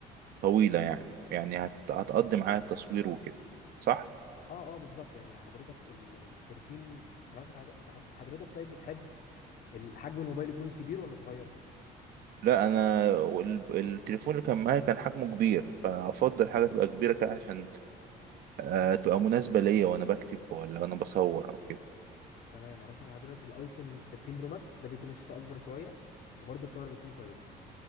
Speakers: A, on the right; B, on the left.
A: طويله يعني يعني هت... هتقضي معايا التصوير وكده صح
B: اه اه بالظبط يعني حضرتك ال ال 13 رشح لحضرتك- انت حض- حضرتك طيب بتحب ال- حجم الموبايل يكون كبير ولا صغير
A: لا انا وال- التليفون اللي كان معايا كان حجمه كبير فافضل حاجه تبقى كبيره كده عشان آه، تبقى مناسبه ليا وانا بكتب ولا انا بصور او كده
B: تمام هرشح لحضرتك الايفون 13 برو ماكس ده بيكون الشاشه اكبر شويه وبرده الكاميرا بتكون كويسه